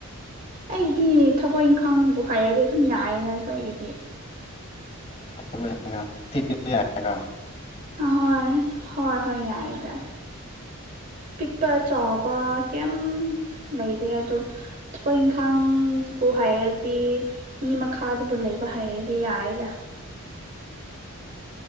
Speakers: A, on the right (about 40°); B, on the left (about 30°).
A: ꯑꯩꯒꯤꯗꯤ ꯊꯕꯛ ꯏꯪꯈꯥꯡꯕꯨ ꯍꯩꯔꯗꯤ ꯑꯗꯨꯝ ꯌꯥꯔꯦꯗꯥ ꯑꯩꯈꯣꯏ ꯑꯩꯒꯤꯗꯤ
B: ꯊꯕꯛ ꯏꯟꯒꯥꯡ <unintelligible>
A: ꯑꯍꯣꯏ ꯍꯣꯏ ꯍꯣꯏ ꯌꯥꯔꯦ ꯗꯥ ꯄꯤꯛꯄ ꯆꯥꯎꯕ ꯀꯦꯝ ꯂꯩꯇꯦ ꯑꯗꯨ ꯊꯕꯛ ꯏꯪꯈꯥꯡꯕꯨ ꯍꯩꯔꯗꯤ ꯃꯤ ꯃꯈꯥꯗꯕꯨ ꯂꯩꯕ ꯍꯥꯏꯔꯗꯤ ꯌꯥꯔꯦꯗꯥ